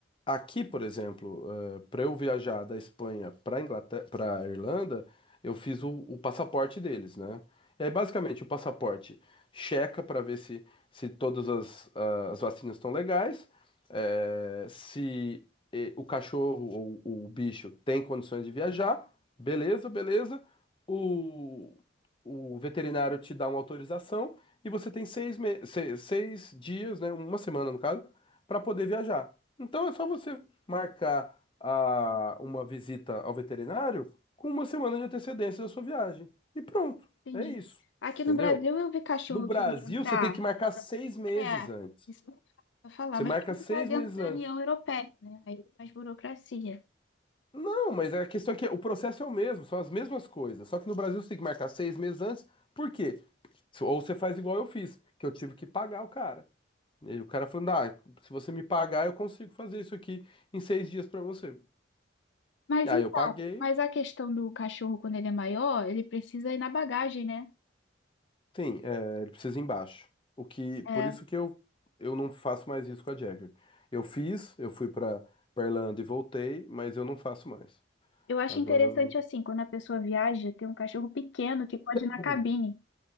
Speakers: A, on the left; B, on the left.
A: Aqui, por exemplo, para eu viajar da Espanha para Inglaterra, para Irlanda, eu fiz o, o passaporte deles, né? E aí, basicamente, o passaporte checa para ver se, se todas as, ah, as vacinas estão legais, eh, se eh, o cachorro ou o bicho tem condições de viajar, beleza, beleza. O, o veterinário te dá uma autorização e você tem seis, me- se- seis dias, né? Uma semana, no caso para poder viajar. Então é só você marcar a, uma visita ao veterinário com uma semana de antecedência da sua viagem. E pronto,
B: Entendi.
A: é isso.
B: Aqui
A: Entendeu?
B: no Brasil eu vi cachorro
A: No Brasil,
B: que entrar.
A: você tem que marcar seis meses
B: É,
A: antes.
B: isso não vou falar,
A: Você
B: mas
A: marca
B: porque
A: seis
B: está dentro
A: meses
B: da
A: antes.
B: União Europeia, né? Aí tem mais burocracia.
A: Não, mas a questão é que o processo é o mesmo, são as mesmas coisas. Só que no Brasil você tem que marcar seis meses antes. Por quê? Ou você faz igual eu fiz, que eu tive que pagar o cara. E o cara falando, ah, se você me pagar, eu consigo fazer isso aqui em seis dias para você.
B: Mas
A: E aí
B: então,
A: eu paguei,
B: mas a questão do cachorro quando ele é maior, ele precisa ir na bagagem, né?
A: sim, é, ele precisa ir embaixo. O que, por
B: É,
A: isso que eu, eu não faço mais isso com a Jagger. Eu fiz, eu fui pra, pra Irlanda e voltei, mas eu não faço mais.
B: eu acho
A: Agora
B: interessante
A: eu não.
B: assim, quando a pessoa viaja, ter um cachorro pequeno que pode ir na
A: Uhum.
B: cabine.